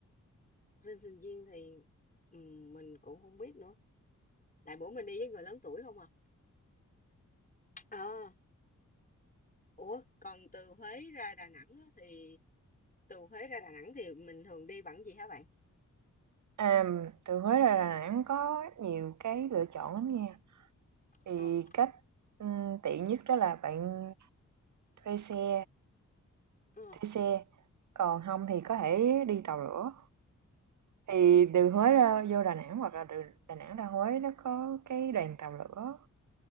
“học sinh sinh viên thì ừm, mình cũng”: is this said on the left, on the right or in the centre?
Left